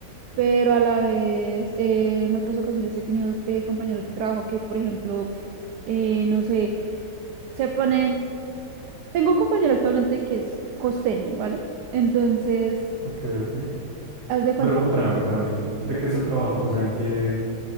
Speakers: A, on the right; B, on the right.
A: pero a la vez eh, en otras ocasiones he tenido eh, compañeros de trabajo que, por ejemplo, eh, no sé, se ponen, tengo un compañero actualmente que es costeño, ¿vale? Entonces,
B: Ok, ok.
A: haz de cuenta,
B: Pero oh, espérame, espérame. ¿De qué es el trabajo? O sea, ¿en qué,